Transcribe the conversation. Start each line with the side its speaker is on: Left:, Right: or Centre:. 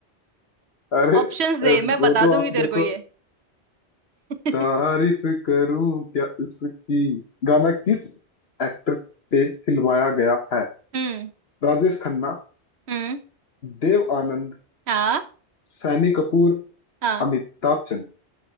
Left: अरे
Right: ऑप्शंस
Left: अ,
Right: दे मैं
Left: वो
Right: बता
Left: तो
Right: दूंगी
Left: आप
Right: तेरे
Left: देखो
Right: को ये <laughs>
Left: तारीफ करूं क्या उसकी गाना किस एक्टर पे फिल्माया गया है
Right: हम्म
Left: राजेश खन्ना
Right: हम्म
Left: देव आनंद
Right: हाँ
Left: सैनी कपूर
Right: हाँ
Left: अमिताभ बच्चन